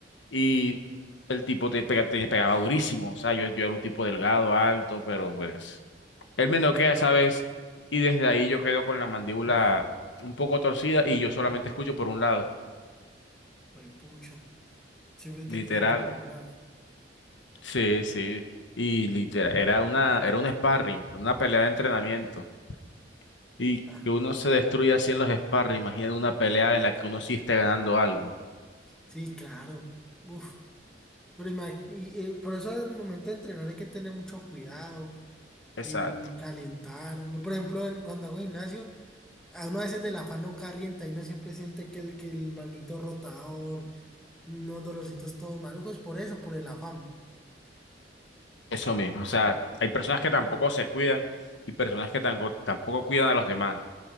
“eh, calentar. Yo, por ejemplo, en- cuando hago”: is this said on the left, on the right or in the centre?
Centre